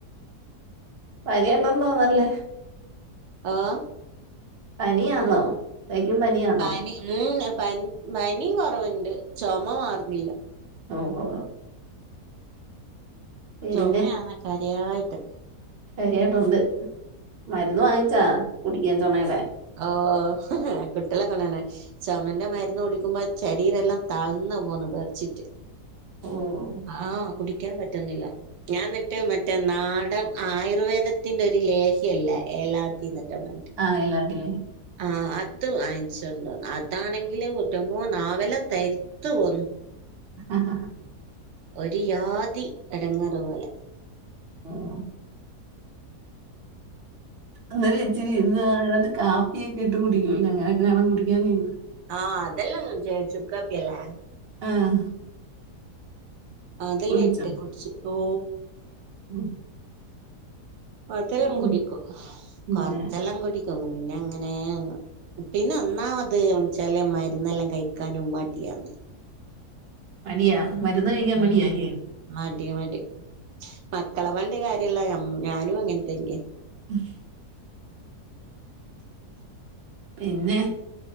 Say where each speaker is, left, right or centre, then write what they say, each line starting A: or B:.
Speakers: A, on the right; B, on the right.
A: പനിയുണ്ടെന്ന് തോന്നുന്നല്ലേ
B: ആഹ്
A: പനിയാന്നോ ശരിക്കും പനിയാന്നോ
B: പനി ഉം പനി പനി കുറവുണ്ട് ചുമ മാറുന്നില്ല
A: ഓ ഓ പിന്നെ
B: ചുമയാന്നെ കാര്യയായിട്ട്
A: പനിയായിട്ടുണ്ട് മരുന്ന് വാങ്ങിച്ചാ കുടിക്കാൻ ചുമയുടെ
B: ഓ കുട്ടിളെ കൊണാന ചുമന്റെ മരുന്ന് കുടിക്കുമ്പോ ചാരീരം എല്ലാം തളന്നു പോകുന്നു വെറച്ചിട്ട്
A: ഓഹ്
B: ആഹ് കുടിക്കാൻ പറ്റുന്നില്ല ഞാൻ എന്നിട്ട് മറ്റേ നാടൻ ആയുർവേദത്തിന്റെ ഒരു ലേഹ്യല്ലേ ഏലാദി എന്തോ പറഞ്ഞിട്ട്
A: ആഹ് ഏലാദി
B: ആഹ്‌ അത് വാങ്ങിച്ചോണ്ട് വന്നു അതാണെങ്കിൽ എന്റെ അമ്മോ നാവെ ല്ലാം തരി ത്ത് പോന്ന്
A: ആഹ്
B: ഒരു ജാതി ഇടങ്ങേറ് പോലെ
A: ഓ അന്നരം ഇച്ചിരി ഇരുന്നതാ കാപ്പിയൊക്കെ ഇട്ട് കുടിക്കുവല്ലോ അങ്ങനെയൊക്കെയാണംകുടിക്കാന്ത
B: ആഹ് അതല്ല ന ചുക്ക്ക്കാപ്പി അല്ലേ
A: ആഹ്
B: അതല്ലേ
A: കുടിച്ചോ
B: ഇട്ടേ കുറച്ച് ഓ
A: <unintelligible>
B: അതെല്ലാം
A: ഉം.
B: കുടിക്കും
A: പിന്നെ
B: കൊറച്ചെല്ലാം കുടിക്കും പിന്നെ അങ്ങനെയങ്ങ് പിന്നെ ഒന്നാമത് വെച്ചാല് മരുന്നെല്ലാം കഴിക്കാനും മടിയാണ്
A: മടിയാ മരുന്ന് കഴിക്കാൻ മടിയാ
B: ഉം
A: അല്ലിയോ
B: മടി മടി മക്കളെ പറഞ്ഞിട്ട് കാര്യമില്ല ഞാനും അങ്ങനെ തന്നെയാ
A: <inaudible> പിന്നെ